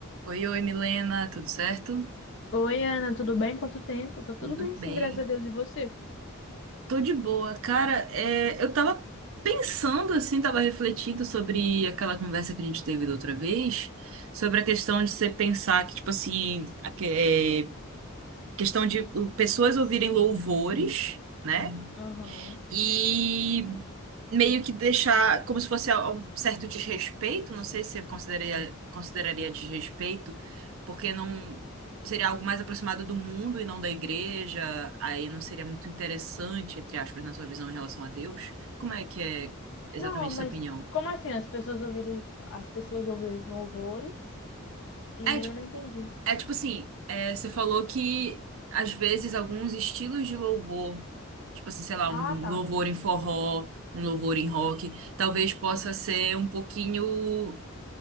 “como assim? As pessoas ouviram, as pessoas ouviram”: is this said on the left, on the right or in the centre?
Left